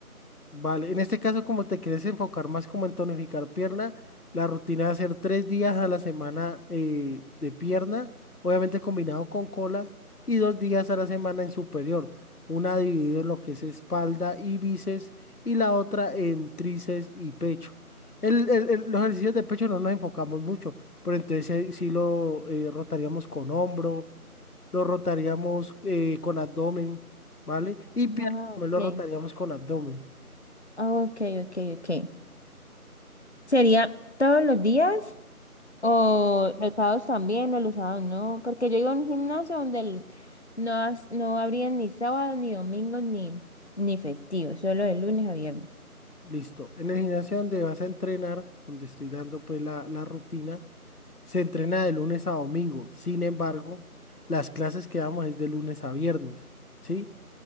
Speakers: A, on the left; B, on the left.
A: Vale, en este caso, como te quieres enfocar más como en tonificar pierna, la rutina va a ser tres días a la semana eh, de pierna, obviamente combinado con cola, y dos días a la semana en superior. Una dividida en lo que es espalda y bíceps, y la otra en tríceps y pecho. El, el- el- los ejercicios de pecho no nos enfocamos mucho, pero entonces eh, sí, lo eh, rotaríamos con hombro, lo rotaríamos eh, con abdomen, ¿vale? Y
B: Ah,
A: pierna también
B: ok.
A: lo rotaríamos con abdomen.
B: Ok, ok, ok. ¿Sería todos los días? ¿O los sábados también? ¿O los sábados no? Porque yo iba a un gimnasio donde el- no, as- no abrían ni sábado, ni domingo, ni, ni festivo. Solo de lunes a viernes.
A: Listo. En el gimnasio donde vas a entrenar, donde estoy dando pues la, la rutina, se entrena de lunes a domingo. Sin embargo, las clases que damos es de lunes a viernes, ¿sí?